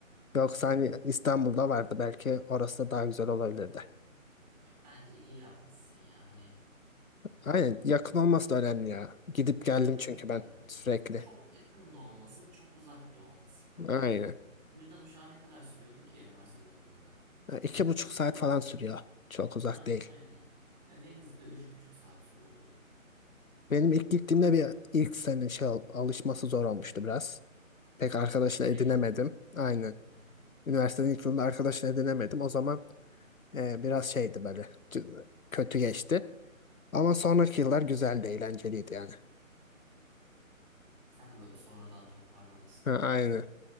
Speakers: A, on the left; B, on the right.
A: Yoksa
B: ya,
A: hani İstanbul'da vardı belki orası da daha güzel olabilirdi.
B: ya bence iyi yapmışsın ya. Hani
A: Aynen
B: e,
A: yakın olması da önemli ya. Gidip geldim
B: yakınlık
A: çünkü ben
B: da önemli.
A: sürekli.
B: Çok yakın da olmasın, çok uzak da olmasın böyle.
A: Aynen.
B: İzmir'den Uşak'a ne kadar sürüyordu ki üniversite döneminde?
A: Ya, İki buçuk saat falan sürüyor. Çok uzak
B: Ha,
A: değil.
B: aynen. Ne Denizli'de üç buçuk saat sürüyordu.
A: Benim ilk gittiğimde bir ilk sene şey al- alışması zor olmuştu biraz. Pek arkadaşını
B: İzmir'e
A: edinemedim.
B: gelince.
A: Aynen.
B: Hı hı,
A: Üniversitenin ilk yılında arkadaşını edinemedim. O zaman e, biraz şeydi böyle c- kötü geçti. Ama
B: hı hı.
A: sonraki yıllar güzeldi, eğlenceliydi yani.
B: Sen de böyle sonradan toparlamışsın
A: Ha,
B: o zaman.
A: aynen.